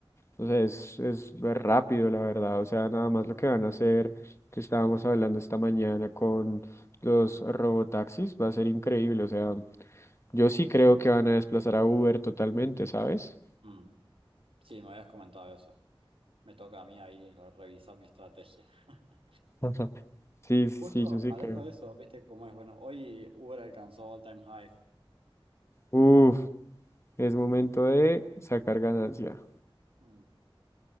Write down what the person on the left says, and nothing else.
O sea, es, es rápido, la verdad. O sea, nada más lo que van a hacer, que estábamos hablando esta mañana con los robotaxis, va a ser increíble. O sea, yo sí creo que van a desplazar a Uber totalmente, ¿sabes?
Ujú. Sí,
sí, sí, yo sí
creo.
Uf, es momento
de sacar ganancia.